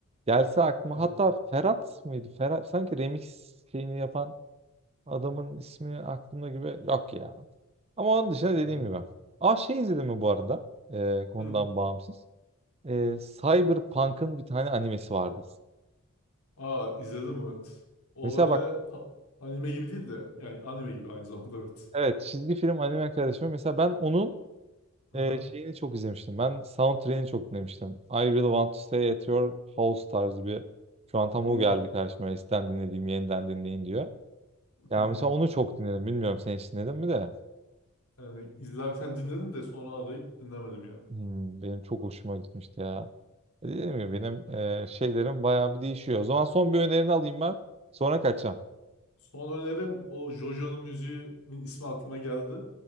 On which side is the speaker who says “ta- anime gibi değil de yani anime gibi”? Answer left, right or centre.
Left